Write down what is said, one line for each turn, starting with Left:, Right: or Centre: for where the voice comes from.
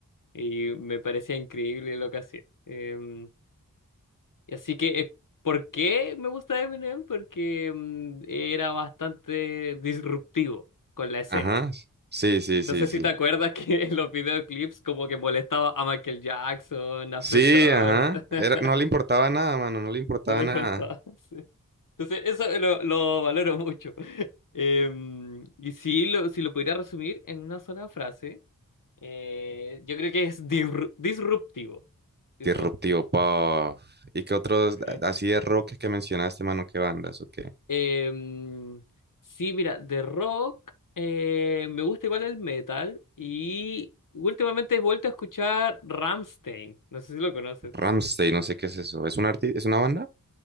Left: y me parecía increíble lo que hacía. Em, y así que, eh, ¿por qué me gusta Eminem? Porque em, era bastante disruptivo con la escena.
Right: Ajá. Sí, sí,
Left: No
Right: sí,
Left: sé si
Right: sí.
Left: te acuerdas <laughs> que en los videoclips como que molestaba a Michael Jackson, a
Right: Sí,
Left: Fred Durst,
Right: ajá.
Left: <laughs>
Right: Era- no le importaba nada, mano, no le importaba
Left: no le
Right: nada.
Left: importaba. <laughs> sí. Entonces, eso lo, lo valoro mucho. <laughs> Em, y si lo, si lo pudiera resumir en una sola frase, eh, yo creo que es disru- disruptivo. Disruptivo.
Right: Disruptivo Puff. ¿Y qué otros
Left: Sí.
Right: a- así de rock que mencionaste, mano? ¿Qué bandas o qué?
Left: Em, sí, mira, de rock eh, me gusta igual el metal y últimamente he vuelto a escuchar Ramstein No sé si lo conoces.
Right: Ramstein, no sé qué es eso. ¿Es un arti- es una banda?